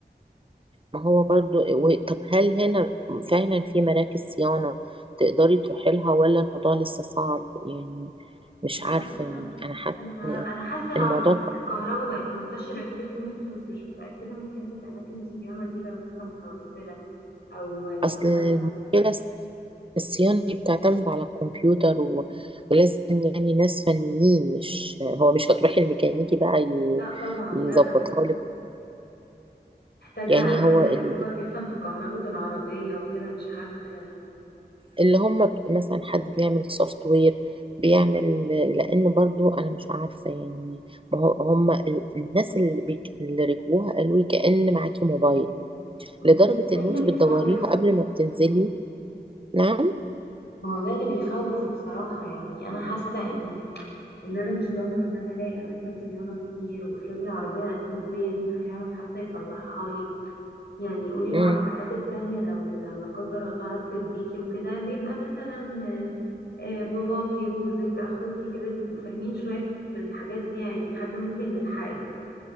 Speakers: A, on the right (about 30°); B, on the left (about 80°).
A: ما هو برضو و- طب هل هنا فعلا في مراكز صيانة تقدري تروحي لها ولا الموضوع لسه صعب يعني مش
B: انا
A: عارفة
B: حاسه
A: يعني أنا
B: بصي
A: حاسة
B: انا مع...
A: إن
B: انا حاسه العربيات
A: إن الموضوع ك-
B: الكهرباء بقت منتشره كتير في مصر بس مش متاكده من حته اماكن الصيانه دي لو لسه متوفره او اللي
A: أصل
B: هو
A: المشكلة الص- الصيانة دي بتعتمد على الكمبيوتر و... ولازم يعني ناس فنيين مش هو مش هتروحي الميكانيكي بقى ي...
B: لا طبعا
A: يظبطها
B: لا
A: لك
B: محتاجه
A: يعني
B: حد
A: هو
B: اللي
A: ال...
B: هو بيفهم في كهرباء العربيه وكده مش حد
A: اللي هم بت- مثلا حد بيعمل سوفت وير بيعمل لان برضو انا مش عارفه يعني ما هو هم ال- الناس اللي, بيك... اللي ركبوها قالوا لي كأن معاكي موبايل لدرجه
B: بس ده
A: ان
B: اللي
A: انت
B: بيخوف
A: بتدوريها قبل ما بتنزلي نعم
B: ما هو ده اللي بيخوف بصراحه يعني انا حاسه ان ان انا مش ضامنه ان انا الاقي اماكن صيانه كتير وافرضي العربيه عطلت بيا مين هيعرف حتى يصلحها لي يعني قولي العربيات
A: امم
B: التانية لو لو لا قدر الله عطلت بيكي وكده بيبقى مثلا آه، آه، باباكي جوزك اخوكي كده بيبقوا فاهمين شوية في في الحاجات دي يعني حد ممكن يلحقك